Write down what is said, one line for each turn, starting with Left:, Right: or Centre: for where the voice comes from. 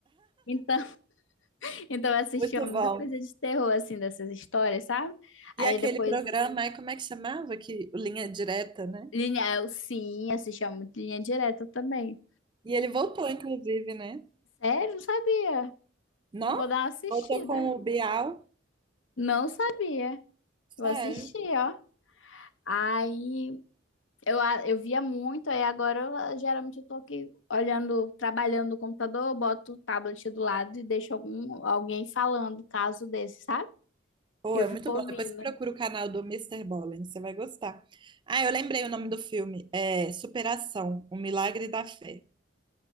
Left: Então, <laughs> então eu assistia
Right: Muito
Left: muita
Right: bom.
Left: coisa de terror assim dessas histórias, sabe? Aí
Right: E aquele
Left: depois
Right: programa, é como é que chamava? Que, Linha Direta, né?
Left: linha, eu sim, assistia muito linha direta também.
Right: E ele voltou, inclusive, né?
Left: Sério, não sabia.
Right: Não?
Left: Eu Vou dar uma assistida.
Right: Voltou com o Bial.
Left: Não sabia.
Right: Sério.
Left: Vou assistir, ó. Aí eu, a- eu via muito, aí agora eu, geralmente eu tô aqui olhando, trabalhando no computador, boto o tablet do lado e deixo algum, alguém falando caso desse, sabe?
Right: Pô,
Left: E eu
Right: é
Left: fico
Right: muito bom.
Left: ouvindo.
Right: Depois você procura o canal do Mister Bollen, você vai gostar. Ah, eu lembrei o nome do filme. É Superação, O Milagre da Fé.